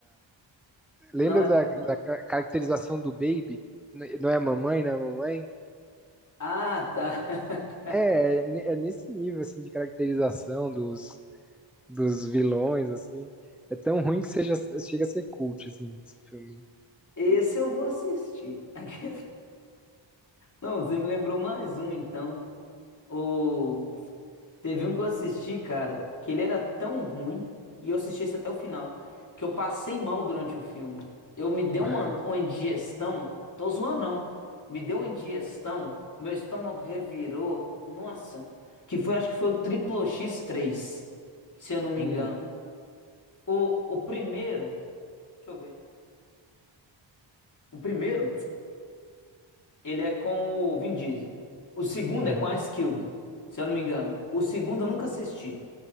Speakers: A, in the centre; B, on the left.
A: Lembra
B: Não é
A: da,
B: legal.
A: da ca- caracterização do Baby? N- Não é a mamãe, não é a mamãe?
B: Ah, tá. <laughs>
A: É, é ne- é nesse nível, assim, de caracterização dos, dos vilões, assim. É tão ruim que seja, chega a ser cult, assim, esse filme.
B: Esse eu vou assistir. <laughs> Aqueles- Não, você me lembrou mais um, então. O... Teve um que eu assisti, cara, que ele era tão ruim, e eu assisti esse até o final, que eu passei mal durante o filme. Eu me dei
A: Ah,
B: uma, uma indigestão, tô zoando não, me deu uma indigestão, meu estômago revirou, nossa, que foi, acho que foi o Triplo X3, se eu não me
A: hum,
B: engano. O, o primeiro, deixa eu ver. O primeiro, ele é com o Vin Diesel. O segundo
A: uhum.
B: é com a Ice Cube, se eu não me engano. O segundo eu nunca assisti.